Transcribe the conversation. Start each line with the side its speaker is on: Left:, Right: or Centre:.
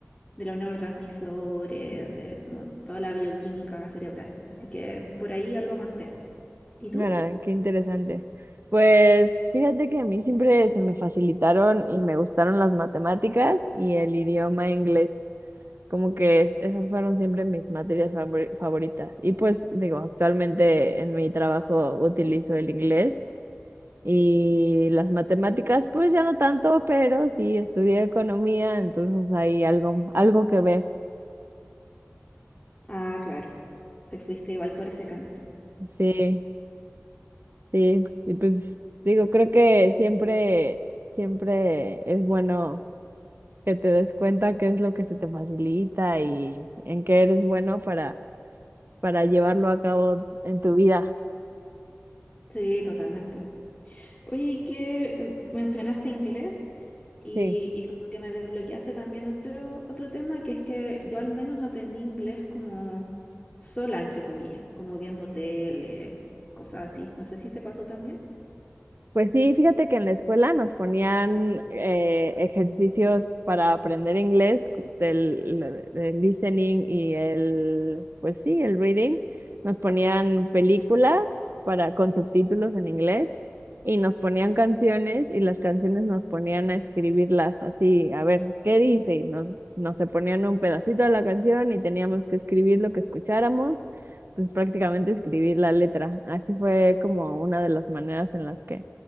Left: de los neurotransmisores, de como toda la bioquímica cerebral. Así que por ahí algo mantengo. ¿Y tú?
Right: Mira, qué interesante. Pues fíjate que a mí siempre se me facilitaron y me gustaron las matemáticas y el idioma inglés. Como que es- esas fueron siempre mis materias favor favoritas. Y pues digo, actualmente en mi trabajo utilizo el inglés Y las matemáticas, pues ya no tanto, pero sí estudié economía, entonces hay algo, algo que ver.
Left: Ah, claro, te fuiste igual por ese camino.
Right: Sí, sí. Y pues digo, creo que siempre, siempre es bueno que te des cuenta qué es lo que se te facilita y en qué eres bueno para, para llevarlo a cabo en tu vida.
Left: Sí, totalmente. Oye, ¿y qué em, mencionaste inglés? Y,
Right: Sí.
Left: y como que me desbloqueaste también otro, otro tema, que es que yo al menos aprendí inglés como sola, entre comillas, como viendo tele, cosas así. No sé si te pasó también.
Right: Pues sí, fíjate que en la escuela nos ponían eh, ejercicios para aprender inglés, del, del listening y el, pues sí, el reading. Nos ponían películas para, con subtítulos en inglés y nos ponían canciones y las canciones nos ponían a escribirlas así, a ver qué dice. Y nos, nos se ponían un pedacito de la canción y teníamos que escribir lo que escucháramos, pues prácticamente escribir la letra. Así fue como una de las maneras en las que